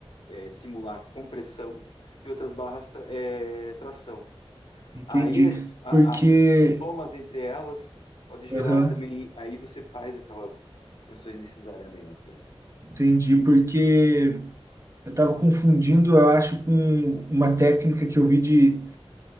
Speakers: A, on the left; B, on the right.
A: é, simular compressão e outras barras tra- é, tração.
B: entendi.
A: Aí a,
B: Porque,
A: a- somas entre elas pode gerar
B: aham,
A: também. Aí você faz aquelas tensões de cesareamento daí.
B: entendi, porque eu estava confundindo, eu acho, com uma técnica que eu vi de